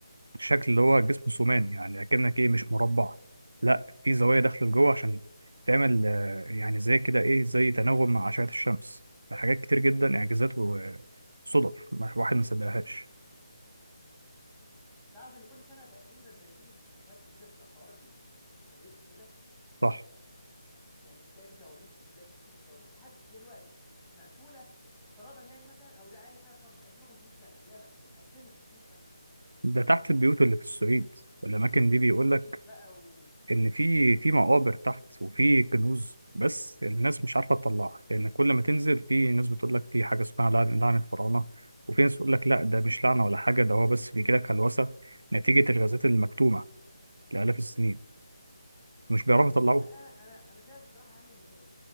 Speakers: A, on the right; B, in the centre.
A: شكل اللي هو جسم ثماني يعني أكنك إيه مش مربع لا في زوايا داخلة لجوه عشان تعمل آه، يعني زي كده إيه زي تناغم مع أشعة الشمس حاجات كتير جدا إعجازات وصدف ما- واحد ما صدقهاش
B: تعرف ان كل سنه تقريبا بنكتشف اكتشافات جديده في الحوار ال- ال- التاريخ وكده
A: صح
B: يعني بتلاقي في توابيت بتلاقي بتكتشف توابيت لحد دلوقتي مقفوله افتراضا يعني مثلا او ده اقل حاجه خالص 2500 سنه تلاقيها مقفوله 2500 سنه
A: ده تحت البيوت اللي في الصعيد والأماكن دي بيقول
B: توابيت
A: لك
B: بقى و- و-
A: ان في
B: وتماثيل
A: في مقابر تحت وفي كنوز بس الناس مش عارفه تطلعها لان كل ما تنزل في ناس بتقول لك في حاجه اسمها لعن- لعنه فراعنه وفي ناس بتقول لك لا ده مش لعنه ولا حاجه ده هو بس بيجي لك هلوسه نتيجه الغازات المكتومه لالاف السنين مش بيعرفوا يطلعوها
B: لا انا انا انا شايف الصراحه يعني ان